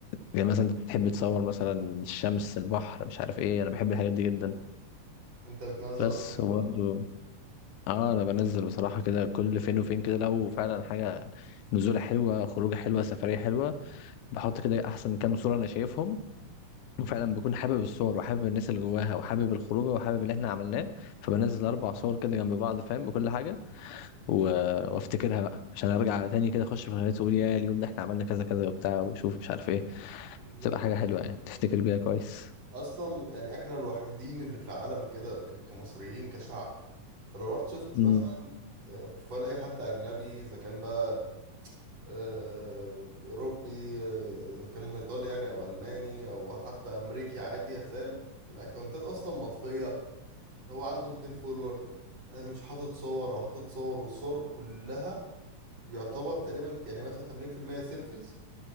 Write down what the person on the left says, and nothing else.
يعني مثلا تحب تصور مثلا الشمس البحر مش عارف ايه انا بحب الحاجات دي جدا
بس
وبرضه
اه انا بنزل بصراحه كده كل فين وفين كده لو فعلا حاجه نزوله حلوه خروجه حلوه سفريه حلوه بحط كده احسن كام صوره انا شايفهم وفعلا بكون حابب
الصور وحابب الناس اللي جواها وحابب الخروجه وحابب اللي احنا عملناه فبنزل اربع صور كده جنب بعض فاهم بكل حاجه و... وافتكرها بقى عشان ارجع تاني كده اخش في الهيئات واقول يا اليوم ده احنا عملنا كذا كذا وبتاع وشوف مش عارف ايه
تبقى حاجه حلوه يعني تفتكر بيها كويس
امم